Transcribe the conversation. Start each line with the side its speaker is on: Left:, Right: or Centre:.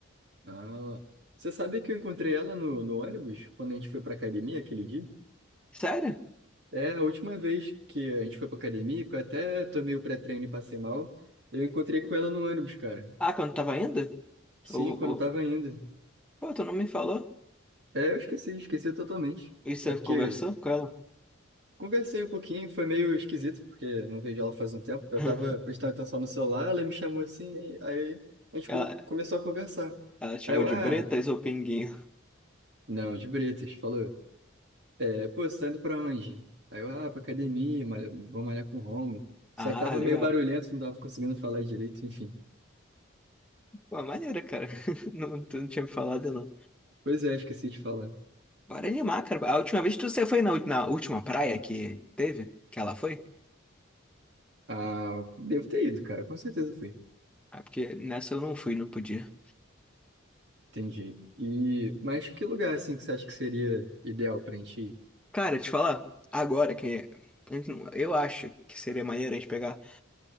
Right: Ah, você sabe que eu encontrei ela no, no ônibus quando a gente foi pra academia aquele dia?
Centre: Sério?
Right: É, a última vez que a gente foi pra academia, que eu até tomei o pré-treino e passei mal, eu encontrei com ela no ônibus, cara.
Centre: Ah, quando tava indo?
Right: Sim,
Centre: Ou,
Right: quando
Centre: ou...
Right: eu tava indo.
Centre: Pô, tu não me falou?
Right: É, eu esqueci, esqueci totalmente.
Centre: E você
Right: É porque
Centre: conversou com ela?
Right: Conversei um pouquinho, foi meio esquisito, porque não vejo ela faz um tempo. Eu
Centre: <laughs>
Right: tava prestando atenção no celular, ela me chamou assim, e aí a gente
Centre: Ela,
Right: come- começou a conversar.
Centre: Ela chama
Right: Aí eu,
Centre: de
Right: ah,
Centre: Bretas ou Pinguinho?
Right: não, de Bretas, falou. É, pô, você tá indo pra onde? Aí eu, ah, pra academia, malha- vou malhar com o Romulo. Só
Centre: Ah,
Right: que tava
Centre: legal.
Right: meio barulhento, não tava conseguindo falar direito, enfim.
Centre: Pô, maneira, cara. <laughs> Não, tu não tinha me falado, não.
Right: Pois é, esqueci de falar.
Centre: Bora animar, cara. A última vez que você foi na, na última praia que teve, que ela foi?
Right: Ah, devo ter ido, cara, com certeza fui.
Centre: Ah, porque nessa eu não fui, não podia.
Right: Entendi. E, mas que lugar, assim, que você acha que seria ideal pra gente ir?
Centre: Cara, te falar, agora que a gente não- eu acho que seria maneiro a gente pegar.